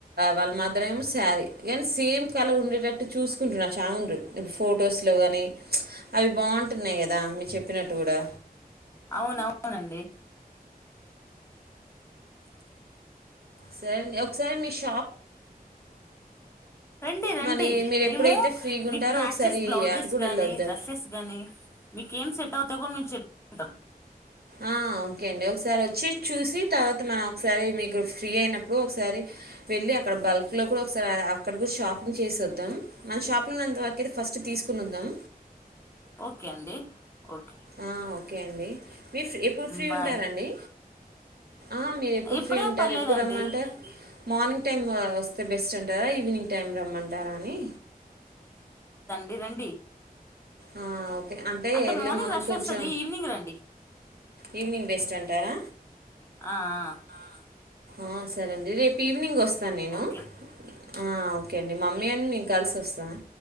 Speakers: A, on the right (about 80°); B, on the left (about 15°).
A: వాళ్ళ మదరేమో శారీ ఎ సేమ్ కలర్ ఉండేటట్టు చూసుకుంటున్నా చాముండ్రు ఇడు ఫొటోస్లో కానీ అవి బావుంటున్నాయి కదా మీరు చెప్పినట్టు కూడా
B: అవునవునండి
A: సరేండి ఒకసారి మీషు
B: రండి రండి
A: మరి మీరు
B: మేము
A: ఎప్పుడైతే ఫ్రీగా
B: మీకు
A: ఉంటారో
B: మ్యాచెస్
A: ఒకసారి
B: బ్లౌజెస్
A: అటు కూడా
B: కానీ
A: వెళ్ళొద్దాం
B: డ్రెస్సెస్ గానీ మీకేం సెట్ అవుతా కూడా మేము చెప్పుకుంటాం
A: ఆ ఓకే అండి ఒకసారొచ్చి చూసి తర్వాత మనం ఒకసారి మీకు ఫ్రీ అయినప్పుడు ఒకసారి వెళ్ళి అక్కడ బల్క్ లో కూడా ఒకసారి అక్కడ కూడా షాపింగ్ చేసొద్దాం మన షాప్ నున్నంతవరకైతే ఫస్ట్ తీసుకునొద్దాం
B: ఓకే అండి ఓకే
A: ఆ ఓకే అండి మీరు ఎప్పుడు ఫ్రీ
B: బాయ్
A: ఉంటారండి ఆ మీరెప్పుడు
B: ఎప్పుడేం
A: ఫ్రీ ఉంటారు
B: పర్లేదండి
A: ఎప్పుడు రమ్మంటారు మార్నింగ్ టైమ్ వస్ తే బెస్ట్ అంటారా ఈవినింగ్ టైం రమ్మంటారా అని
B: డి రండి
A: ఆ, ఓకే
B: అంటే
A: ఎర్లీ
B: మార్నింగ్ రష్
A: కొంచెం
B: వస్తది ఈవినింగ్ రండి
A: ఈవినింగ్ బెస్ట్ అంటారా
B: ఆ ఆ
A: ఆ సరేండి రేపు ఈవినింగ్ వస్ స్తాను నేను
B: ఓకే
A: ఆ ఓకే అండి మమ్మీ అని నేను కలిసి వస్తాను